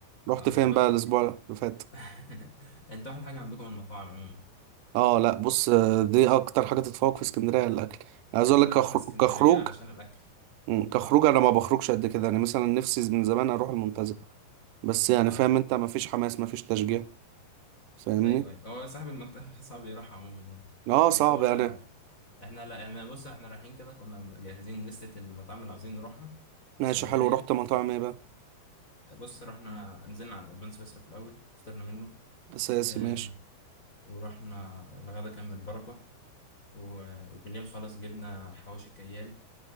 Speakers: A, on the right; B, on the left.
A: رحت
B: اه
A: فين
B: يا بختك
A: بقى الاسبوع اللي فات
B: <laughs> انتوا احلى حاجه عندكم المطاعم عموما
A: اه لا بص آه، دي اكتر حاجه تتفوق في اسكندريه الاكل أنا عايز
B: احنا
A: اقول لك كخر-
B: رحنا اسكندريه
A: كخروج
B: علشان الاكل
A: مم،
B: اه
A: كخروج انا ما بخرجش قد كده يعني مثلا نفسي من زمان اروح المنتزه بس يعني
B: اه
A: فاهم انت ما فيش حماس ما فيش تشجيع فاهمني
B: ايوه ايوه هو صاحب المنطقه <laughs> صعب يروح عموما يعني
A: اه صعب
B: بس هو
A: يعني
B: احنا لا يعني بص احنا رايحين كده كنا مجهزين لستة المطاعم اللي عاوزين نروحها
A: ماشي
B: اسكندرية
A: حلو رحت مطاعم ايه بقى
B: بص رحنا نزلنا على البان سويسرا في الأول فطرنا منه
A: اساسي
B: اه
A: ماشي
B: ورحنا الغدا كان من البركة و- وبالليل خلاص جبنا حواوشي كيال